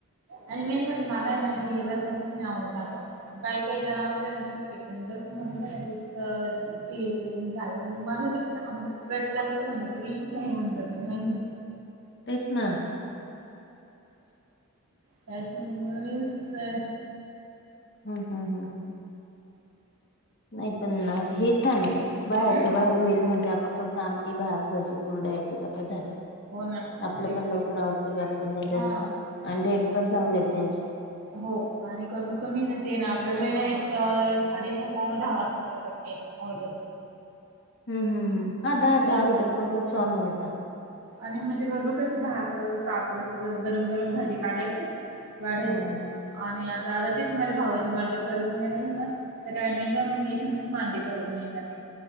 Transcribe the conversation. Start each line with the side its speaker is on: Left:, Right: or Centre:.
Right: आणि मेन म्हणजे मला ना हे रसातच नाही. आवडत काही काही जण असले ना ठीक आहे पण. मिक्सर रस पिळून मग तो काढून मला लई कंटाळा इच्छाच निघून जाते माझी.
Left: तेच ना.
Right: त्याची मूळीच तर
Left: हम्म हम्म हम्म नाही पण हे छान आहे. बाहेरच्या
Right: हम्म
Left: बाहेर होईल म्हणजे आपण फक्त आमटी, भात, भजी कुरड्या केलं का झालं.
Right: हो ना
Left: आपलं
Right: तेच
Left: पण लवकर
Right: तर
Left: आवडतो व्यापण नाही जास्त
Right: हा
Left: आणि रेट पण चांगले आहेत त्यांची.
Right: हो आणि कमीत कमी ते ना आपल्याला एक साडेनऊ पावण दहा वाजता देतात ते ऑर्डर.
Left: हम्म हम्म हम्म. हा दहाच्या
Right: म्हणजे
Left: अगोदर
Right: का
Left: कोणतेच सॉ नाही येता
Right: आणि म्हणजे बरोबर कस दहा अकरा वाज या आपलं सगळं गरम गरम भजी काढायचे वाढायच
Left: हम्म
Right: आणि आ आता तेच माझ्या भावाची मांडव करत नाही राहील ना त्या टायमिंगला मग इथूनच मांडी करून नेणारये.